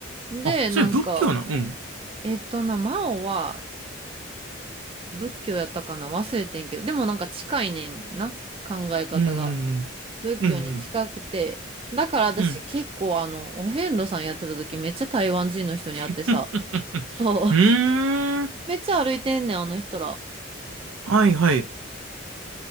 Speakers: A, on the right; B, on the right.
A: う。で、
B: あ、それ仏教なん。
A: なんか、
B: うん。
A: えっとな、魔王は仏教やったかな忘れてんけど、でもなんか近いねんな、考え方が。
B: うん。
A: 仏教に近くて。
B: うん。
A: だから私結構あの、
B: うん。うん。
A: お遍路さんやってた時めっちゃ台湾人の人に会ってさ。
B: <laughs>
A: そう。
B: うーん。
A: <laughs> めっちゃ歩いてんねん、あの人ら。
B: はいはい。